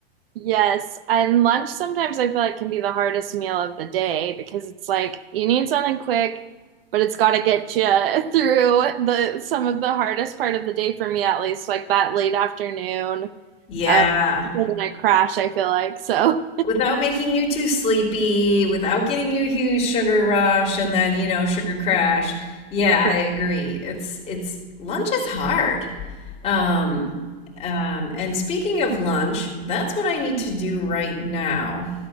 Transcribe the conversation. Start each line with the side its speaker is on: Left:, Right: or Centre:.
Right: yes. And lunch sometimes I feel like can be the hardest meal of the day because it's like you need something quick, but it's got to get you <laughs> through the some of the hardest part of the day for me at least, like that late afternoon.
Left: Yeah.
Right: Um, in a crash, I feel like. So,
Left: without making you too sleepy, without getting you a huge sugar rush and then, you know, sugar crash. Yeah, I
Right: for-
Left: agree. It's it's lunch is hard. Um, um, and speaking of lunch, that's what I need to do right now.